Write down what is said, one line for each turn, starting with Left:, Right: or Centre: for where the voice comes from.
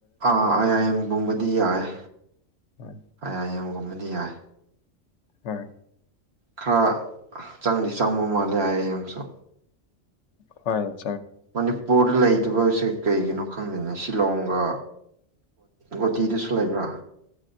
Right: ꯑꯥ ꯑꯥꯏ ꯑꯥꯏ ꯑꯦꯝꯒꯨꯝꯕꯗꯤ ꯌꯥꯏ ꯑꯥꯏ
Left: ꯎꯝ
Right: ꯑꯥꯏ ꯑꯦꯝꯒꯨꯝꯕꯗꯤ ꯌꯥꯏ
Left: ꯍꯣꯏ
Right: ꯈꯔ ꯆꯪꯗꯤ ꯆꯪꯕ ꯃꯥꯜꯂꯦ ꯑꯩꯡꯁꯨ
Left: ꯍ
Right: ꯃꯅꯤꯄꯨꯔꯗ ꯂꯩꯇꯕꯁꯦ ꯀꯩꯒꯤꯅꯣ ꯈꯪꯗꯅꯦ ꯁꯤꯂꯣꯡꯒ ꯒꯣꯇꯤꯗꯨꯁꯨ ꯂꯩꯕ꯭ꯔꯥ